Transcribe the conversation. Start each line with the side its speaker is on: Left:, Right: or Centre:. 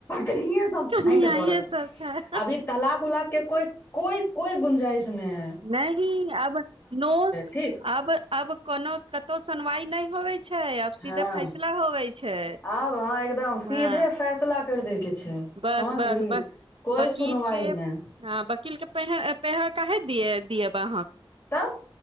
Left: सब छैट
Right: कनियाये
Left: दौड़ल
Right: सब छै
Left: अभी तलााक उलाक के कोइ कोइ कोइ गुंजाइश ने हे
Right: नहि अब नोस
Left: ठीक
Right: अब अब कोनो कतहु सुनवाई नै होबे छै आब सीधे
Left: हँ
Right: फैसला होबै छै
Left: आब हँ एकदम
Right: हँ
Left: सीधे फैसला करि दैके छै
Right: बस
Left: समझली
Right: बस बस
Left: कोइ
Right: बकील
Left: सुनवाइ
Right: के
Left: नहि
Right: ह वकील केे पे हे पे हे काहे दियब अहाँके
Left: तब